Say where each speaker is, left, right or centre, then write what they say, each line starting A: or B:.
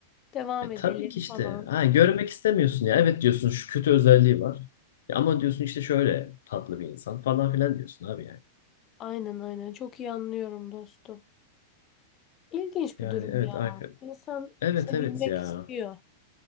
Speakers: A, on the left (about 30°); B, on the left (about 80°).
A: devam
B: E
A: edelim
B: tabii ki işte.
A: falan.
B: Ha, görmek istemiyorsun ya. Evet diyorsun şu kötü özelliği var. Ya ama diyorsun işte şöyle tatlı bir insan falan filan diyorsun abi yani.
A: Aynen aynen çok iyi anlıyorum dostum. İlginç
B: Yani
A: bir durum
B: evet
A: ya.
B: arka...
A: İnsan
B: Evet
A: sevilmek
B: evet ya.
A: istiyor.